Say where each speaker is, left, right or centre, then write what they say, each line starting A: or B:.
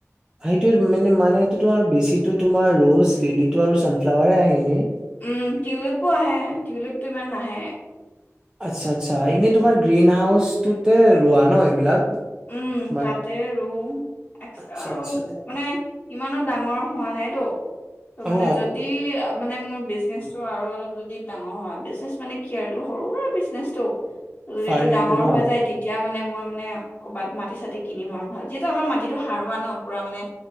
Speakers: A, on the right (about 15°); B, on the left (about 25°).
A: সেইটোৱে মানে মানে তো তোমাৰ বেছি তো তোমাৰ ৰজ লিলি টো আৰু ছানফ্লাৱাৰ আহিলে।
B: উম টিউলিপো আহে টিউলিপটো ইমান নাহে।
A: আচ্ছা আচ্ছা এনেই তোমাৰ গ্ৰীণ হাউচটোতে ৰোৱা ন এইবিলাক।
B: উম
A: তোমাৰ
B: তাতে ৰু এক্সট্ৰা
A: আচ্ছা
B: আৰু
A: আচ্ছা
B: মানে ইমানো ডাঙৰ। মোৰো হোৱা নাইতো, তমানে
A: অ
B: যদি উম মানে মোৰ বিজনেচটো আৰু অলপ যদি ডাঙৰ হয়, বিজনেচ মানে কি আৰুটো সৰু সুৰা বিজনেছটো। যদি
A: ফাৰ্মিংটো
B: এইটো ডাঙৰ
A: ন
B: হৈ যায়, তেতিয়া মানে মই মানে ক'ৰবাত মাটি-চাতি কিনিম আৰু ভাল। যিহেতু আমাৰ মাটিটো সাৰুৱা ন', পুৰা মানে